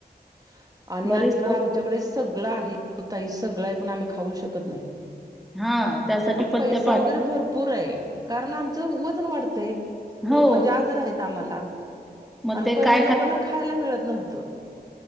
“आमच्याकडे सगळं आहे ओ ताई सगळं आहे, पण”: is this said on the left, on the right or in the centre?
Right